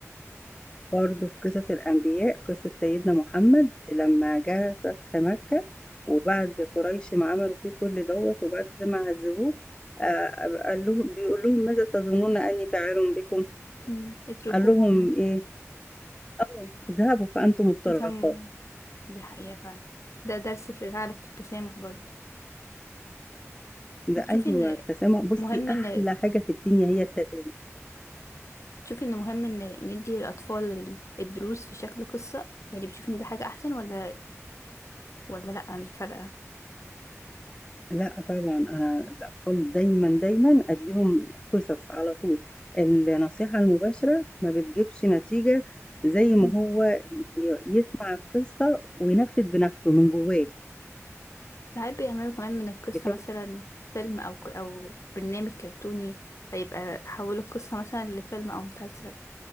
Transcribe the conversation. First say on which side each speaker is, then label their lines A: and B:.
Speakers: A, on the left; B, on the left.
A: برضه في قصص الأنبياء قصة سيدنا محمد لما جه فتح مكة وبعد قريش ما عملوا فيه كل دوت وبعد ما عذبوه آه، قال لهم بيقول لهم ماذا تظنون أني فاعل بكم
B: مم. اتركوهم
A: قال لهم إيه أو اذهبوا فأنتم الطلقاء
B: اتهم دي حقيقة فعلا ده درس في العالم في التسامح برضه
A: ده
B: بتشوفي
A: أيوه
B: إن
A: التسامح بصي
B: مهم إن
A: أحلى حاجة في الدنيا هي التسامح
B: بتشوفي ان مهم ان ندي للاطفال ال- الدروس في شكل قصة يعني بتشوفي ان ده حاجة احسن ولا ولا لا مش فارقة
A: لا طبعا انا الاطفال دايما دايما اديهم قصص على طول النصيحه المباشره ما بتجيبش نتيجه زي
B: <laughs>
A: ما
B: مم.
A: هو ي- يسمع القصه وينفذ بنفسه من جواه
B: ساعات بيعملوا كمان من القصة
A: بتبقى
B: مثلا فيلم او ك- او برنامج كرتوني فيبقى حولوا القصة مثلا لفيلم او مسلسل